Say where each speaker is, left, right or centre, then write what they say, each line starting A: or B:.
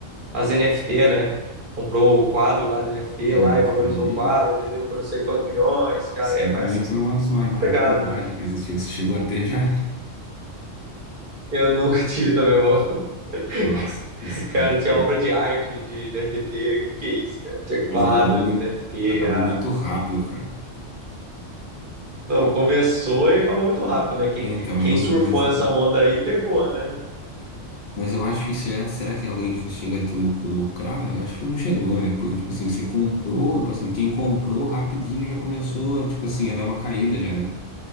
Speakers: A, on the right; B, on the left.
A: as NFT, né? Comprou o quadro lá de NFT
B: É,
A: lá e
B: isso
A: valorizou
B: aí,
A: o quadro, vendeu por não sei quantos milhões, cara.
B: isso
A: É
B: aí
A: mais
B: pra mim
A: essas
B: foi uma das mai- maiores
A: pegadas,
B: bobagens
A: mano.
B: que existiu. Você chegou a ter já?
A: Eu nunca <laughs> tive também, irmão.
B: Nossa
A: <laughs>
B: senhora,
A: Cara,
B: isso
A: tinha
B: daí.
A: obra de arte de NFT. Que que é isso, cara? Tinha quadro
B: Mas acabou muito,
A: de NFT.
B: acabou
A: Ah.
B: muito rápido, cara.
A: Não, começou e acabou muito rápido, né? Quem,
B: É, Então,
A: quem
B: eu,
A: surfou
B: mas,
A: nessa onda aí pegou, né?
B: mas eu acho que será, será que alguém chega a ter lucro, lucrar? Eu acho que não chegou, né? Porque, tipo assim, você comprou, tipo assim, quem comprou rapidinho já começou, tipo assim, a dar uma caída já, né?